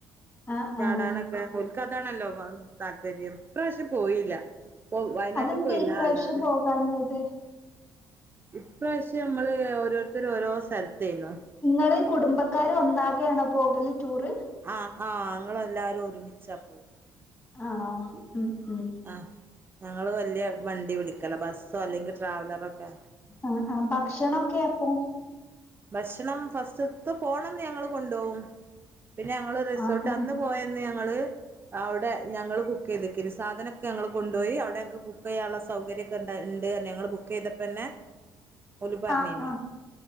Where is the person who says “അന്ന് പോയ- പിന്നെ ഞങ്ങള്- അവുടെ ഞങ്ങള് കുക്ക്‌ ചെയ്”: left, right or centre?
Right